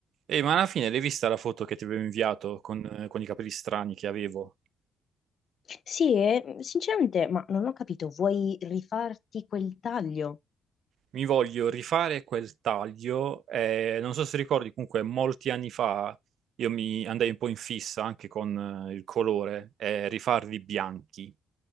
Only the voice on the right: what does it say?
E ma alla fine l'hai vista la foto che ti avevo inviato con, eh, con i capelli strani che avevo?
Mi voglio rifare quel taglio. eh, non so se ricordi, comunque molti anni fa io mi andai un po' in fissa anche con eh, il colore, e rifarli bianchi.